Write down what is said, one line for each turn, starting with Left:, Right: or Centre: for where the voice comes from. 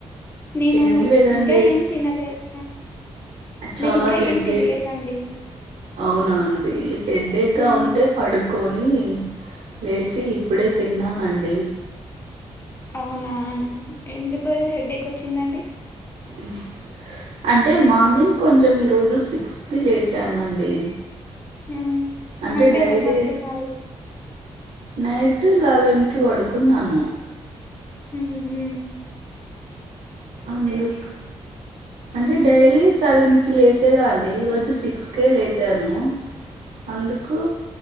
Left: నేను
Right: ఏం లేదండి
Left: ఇంకా ఏం తినలేదు
Right: చాలా
Left: నేను ఇంకా
Right: హెడ్డే
Left: ఏం తినలేదండి
Right: అవునా అండి హెడేక్ గా
Left: మ్మ్
Right: ఉంటే పడుకొని డీ లేచి ఇప్పుడే తిన్నానండి
Left: అవునా ఎందుకు హెడేక్ వచ్చిందండి
Right: ఉ అంటే మార్నింగ్ కొంచెం ఈరోజు సిక్స్ కి లేచానండి
Left: మ్మ్
Right: అంటే
Left: నైట్
Right: డైలీ
Left: ఎంతకు పనుకున్నారు
Right: నైట్ లెవెన్ కి వడుకున్నాను
Left: ఊహు
Right: అందుకు అంటే డైలీ సెవెన్ కి లేచేదాన్ని ఈ రోజు సిక్స్ కేే లేచాను అందుకు